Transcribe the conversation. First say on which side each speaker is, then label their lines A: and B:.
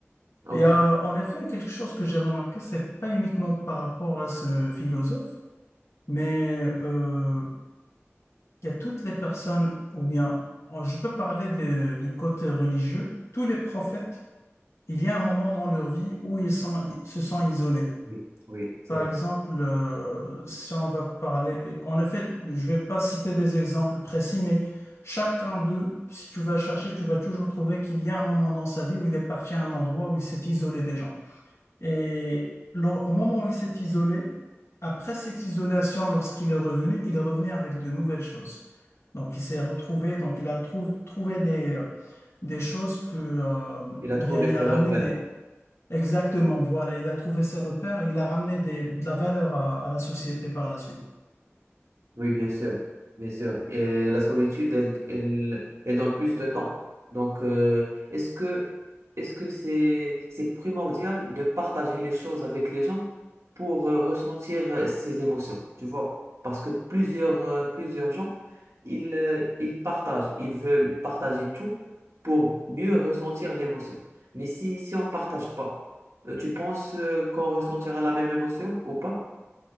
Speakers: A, on the right; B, on the left.
A: OK.
B: Il y a en effet quelque chose que j'ai remarqué, c'est pas uniquement par rapport à ce philosophe, mais euh, il y a toutes les personnes, ou bien oh, je peux parler des- du côté religieux, tous les prophètes, il y a un moment dans leur vie où ils sont, ils se sont isolés.
A: Oui, oui, c'est
B: Par
A: vrai.
B: exemple, euh, si on va parler, en effet, je vais pas citer des exemples précis, mais chacun d'eux, si tu vas chercher, tu vas toujours trouver qu'il y a un moment dans sa vie où il est parti à un endroit où il s'est isolé des gens. Et lors- au moment où il s'est isolé, après cette isolation, lorsqu'il est revenu, il est revenu avec de nouvelles choses. Donc, il s'est retrouvé, donc il a trou- trouvé des, euh, des choses que, euh,
A: Il a
B: ou
A: trouvé
B: bien il
A: ses
B: a
A: repères.
B: ramené Exactement, voilà, il a trouvé ses repères, il a ramené des- de la valeur à, à la société par la suite.
A: Oui, bien sûr, bien sûr. Et la solitude, elle, elle, elle donne plus de temps. Donc, euh, est-ce que, est-ce que c'est, c'est primordial de partager les choses avec les gens pour euh, ressentir euh, ces émotions, tu vois? Parce que plusieurs, euh, plusieurs gens, ils, euh, ils partagent, ils veulent partager tout pour mieux ressentir l'émotion. Mais si, si on partage pas, euh, tu penses euh, qu'on ressentira la même émotion ou pas?